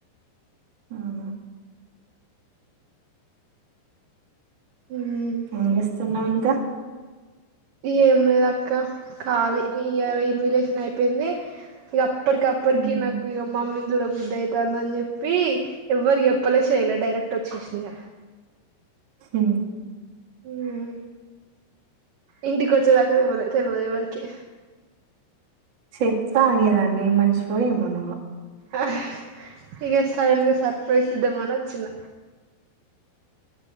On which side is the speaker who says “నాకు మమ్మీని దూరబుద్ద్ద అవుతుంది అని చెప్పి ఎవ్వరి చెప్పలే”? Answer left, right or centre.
Right